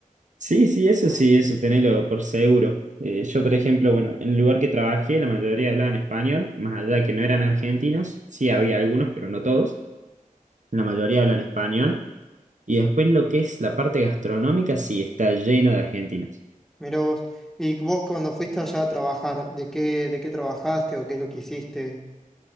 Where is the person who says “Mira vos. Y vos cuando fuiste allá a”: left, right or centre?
Centre